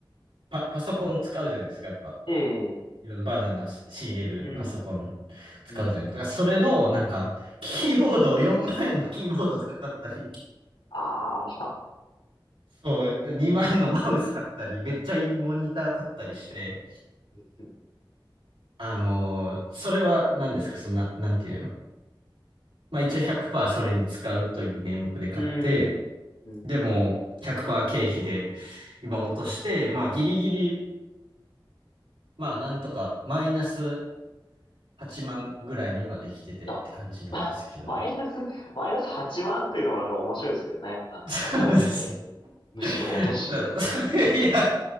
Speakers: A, on the right; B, on the left.
A: パ、パソコン使うじゃないですか、やっぱ。
B: え、ええ、
A: いろんなバナナし仕入れるパソコン
B: うん、
A: 使うじゃないですか。
B: うん、
A: それの、なんか、キーボードを4万円のキーボードとか買ったり、
B: あーあ、
A: そう、2万円のマウス買ったり、めっちゃいいモニター買ったりして、
B: <laughs> うん、
A: あのーそれは何ですか、そんな、なんていうの。まあ一応100%それに使うという名目で買って、
B: うん。うん
A: でも、100%経費で、今落として、まあ、ギリギリ、まあ、なんとか、マイナス8万ぐらいにはできててって感じなんですけど。
B: あ、<laughs> マイナス、マイナス8万というのもなんか面白いですけどね。あの、
A: そうですね。
B: 働いて、むしろ落としに行ってるっていう。
A: <laughs> いや、